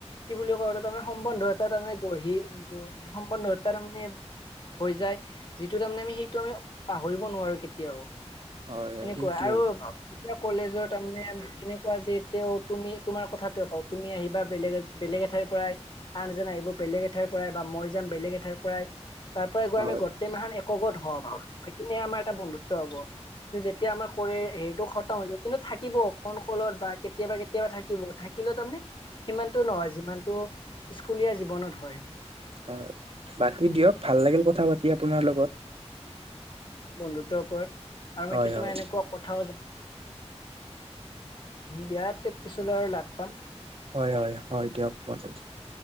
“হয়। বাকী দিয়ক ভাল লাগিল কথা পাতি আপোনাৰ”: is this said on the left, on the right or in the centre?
Right